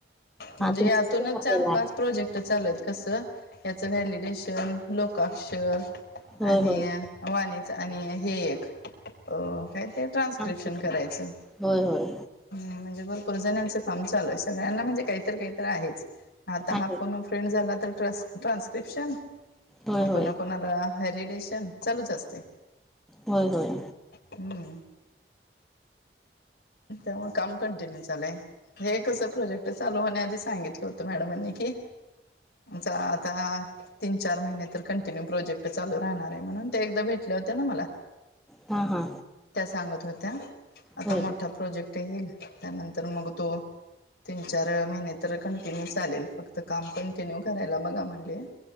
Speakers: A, on the left (about 70°); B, in the centre.
A: म्हणजे
B: हा तुमच्याचा
A: यातूनच
B: केव्हा
A: चार
B: पहिला आहे
A: पाच प्रोजेक्ट चालूयेत कसं. चं व्हालिडेशन लोकाक्षर
B: होय
A: आणि
B: होय
A: वाणीच आणि हे एक अ काय ते ट्रान्स्क्रिपशन
B: ट्रान्स्क्रिप्शन
A: करायचं.
B: होय होय
A: हूं म्हणजे भरपूर जण्याचं काम चालूय, सगळ्यांना म्हणजे काहीतरी, काहीतरी आहेच आता हा
B: आहे
A: फोन ओ फ्रेंड झाला तर ट्रस ट्रान्सन्क्रिपशन
B: होय
A: मं कोणा
B: होय
A: कोणाला हॅरीडेशन चालूच असते.
B: होय होय!
A: हूं! त्यामुळ काम कंटिन्यू चाललंय. हे कसं प्रोजेक्ट चालू होण्या आधी सांगितलं होतं मॅडमांनी की. चा आता. तीन चार महिने तर कंटिन्यू प्रोजेक्ट चालु राहणार आहे म्हणून, ते एकदा भेटल्या होत्यां ना मला.
B: हां हां
A: त्या सांगत होत्या आता
B: होय
A: मोठ् प्रोजेक्ट ईल, त्या नंतर मग तो, तीन चार अं महि तर कंटिन्यू चालेल, फक्त काम कंटिन्यू करायला बघा म्हणले,